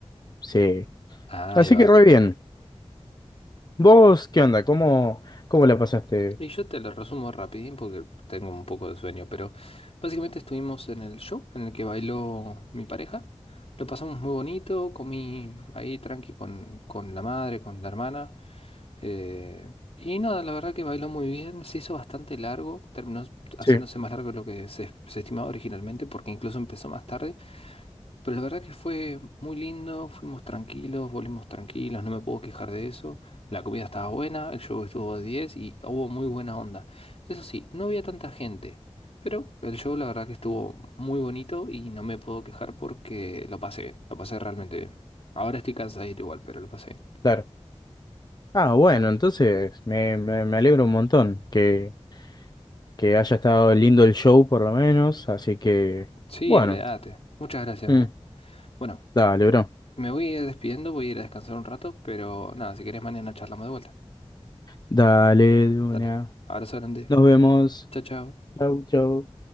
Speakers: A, on the left; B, on the left.
A: sí.
B: Ah,
A: Así
B: ahí va.
A: que re bien. ¿Vos qué onda? ¿Cómo, cómo la pasaste?
B: Y yo te lo resumo rapidín porque tengo un poco de sueño, pero básicamente estuvimos en el show en el que bailó mi pareja. Lo pasamos muy bonito, comí ahí tranqui con, con la madre, con la hermana. Eh, y nada, la verdad que bailó muy bien, se hizo bastante largo, terminó haciéndose
A: Sí.
B: más largo de lo que se, se estimaba originalmente, porque incluso empezó más tarde, pero la verdad que fue muy lindo, fuimos tranquilos, volvimos tranquilos, no me puedo quejar de eso, la comida estaba buena, el show estuvo a 10 y hubo muy buena onda. Eso sí, no había tanta gente, pero el show la verdad que estuvo muy bonito y no me puedo quejar porque lo pasé bien, lo pasé realmente bien. Ahora estoy cansadito igual, pero lo pasé bien.
A: Claro. Ah, bueno, entonces me, me, me alegro un montón que, que haya estado lindo el show por lo menos, así que
B: Sí,
A: bueno,
B: olvídate. Muchas gracias,
A: mm,
B: bro. Bueno,
A: dale, bro.
B: me voy a ir despidiendo, voy a ir a descansar un rato, pero nada, si querés mañana charlamos de vuelta.
A: Dale, de una.
B: Dale, abrazo grande.
A: Nos vemos.
B: Chao, chao.
A: Chau, chau.